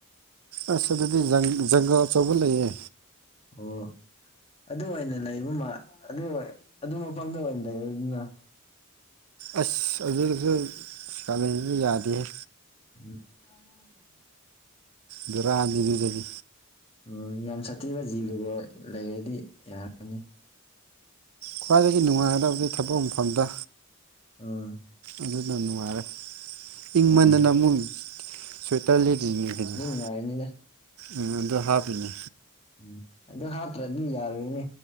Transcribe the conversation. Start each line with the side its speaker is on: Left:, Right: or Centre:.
Right: ꯑꯁ ꯑꯗꯨꯗꯤ ꯖꯪ ꯖꯪꯒꯜ ꯑꯆꯧꯕ ꯂꯩꯌꯦ
Left: ꯑꯣ ꯑꯗꯨ ꯑꯣꯏꯅ ꯂꯩꯕꯃꯥ ꯑꯗꯨ ꯑꯗꯨ ꯃꯐꯝꯗ ꯑꯣꯏꯅ ꯂꯩꯔꯣꯗꯅ
Right: ꯑꯁ ꯑꯗꯨꯁꯨ ꯀꯥꯂꯦꯟꯗꯗꯤ ꯌꯥꯗꯦꯍꯦ
Left: ꯎꯝ <inaudible>
Right: ꯖꯨꯔꯥ ꯅꯤꯗꯨꯗꯗꯤ
Left: ꯑꯣ ꯌꯥꯝ ꯁꯥꯊꯤꯕ ꯖꯤꯕꯒ ꯂꯩꯔꯗꯤ ꯌꯥꯔꯅꯤ
Right: ꯈ꯭ꯋꯥꯏꯗꯒꯤ ꯅꯨꯡꯉꯥꯏꯒꯗꯕꯗꯤ ꯊꯕꯛ ꯃꯐꯝꯗ
Left: ꯎꯝ
Right: ꯑꯗꯨꯅ ꯅꯨꯡꯉꯥꯏꯔꯦ ꯏꯪ
Left: ꯎꯝ
Right: ꯃꯟꯗꯅ ꯑꯃꯨꯛ ꯁ꯭ꯋꯦꯇꯔ ꯂꯤꯠꯂꯤꯅꯤ ꯀꯩꯅꫭ
Left: ꯅꯨꯡꯉꯥꯏꯅꯤꯗ
Right: ꯎꯝ ꯑꯗꯨ ꯍꯥꯞꯄꯤꯅꯦ
Left: ꯎꯝ ꯑꯗꯨ ꯍꯥꯞꯇ꯭ꯔꯗꯤ ꯌꯥꯔꯣꯏꯅꯦ